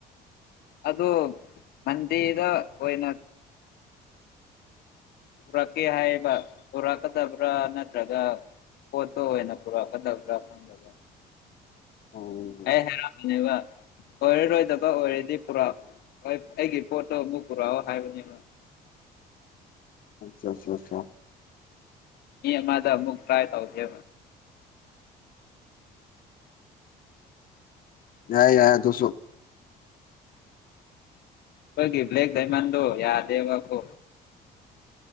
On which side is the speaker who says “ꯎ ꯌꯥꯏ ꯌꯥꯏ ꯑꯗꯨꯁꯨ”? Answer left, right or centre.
Left